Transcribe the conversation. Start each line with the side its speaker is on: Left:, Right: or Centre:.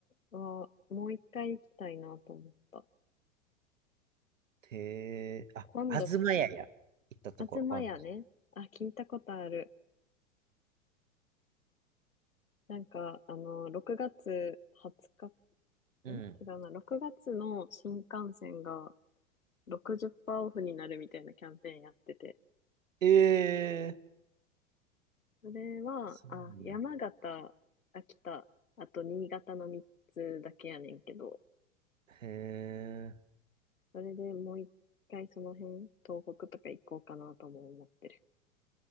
Left: はもう一回行きたいなと思った。
Right: へえ。あ、
Left: 今度さ、
Right: あずまやや。行ったところ、
Left: 東屋ね。
Right: ワンコ。
Left: あ、聞いたことある。なんか、あの、6月20日、
Right: うん。
Left: ん違うな、6月の新幹線が60%オフになるみたいなキャンペーンやってて。
Right: ええー。
Left: それは、
Right: そうや。
Left: あ、山形、秋田、あと新潟の3つだけやねんけど、
Right: へえ。
Left: それでもう一回その辺、東北とか行こうかなとも思ってる。